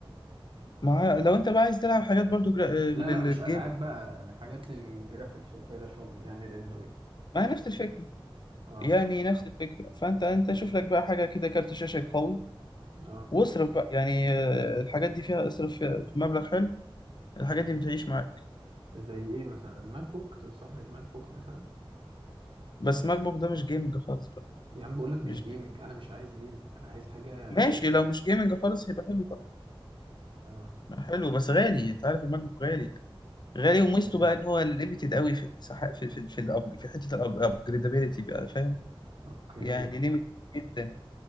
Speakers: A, on the left (about 50°); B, on the right (about 65°).
A: مع لو انت بقى عايز تلعب حاجات برضو جرا... آه،
B: لا
A: من
B: لا مش
A: الجيم
B: العاب بقى يعني حاجات للجرافيكس وكده شغل يعني ريندرينج
A: ما هي نفس الفكره
B: اه
A: يعني نفس الفكره فانت انت شوف لك بقى حاجه كده كارت شاشه قوي
B: اه
A: واصرف بقى يعني آه، الحاجات دي فيها اصرف فيها في مبلغ حلو الحاجات دي بتعيش معاك
B: زي ايه مثلا الماك بوك تنصحني بماك بوك مثلا
A: بس ماك بوك ده مش جيمنج خالص بقى
B: يا عم بقول لك
A: مش
B: مش جيمنج
A: جيمنج.
B: انا مش عايز جيمنج انا عايز حاجه
A: ماشي
B: ريندرينج
A: لو مش جيمنج خالص هيبقى حلو طبعا
B: اه
A: حلو بس غالي انت عارف الماك بوك غالي غالي
B: اوكي
A: وميزته بقى ان هو ليميتد قوي في المساحه في في في, الأب... في حته الابجريدابيلتي بقى فاهم
B: اوكي
A: يعني ليميتد جدا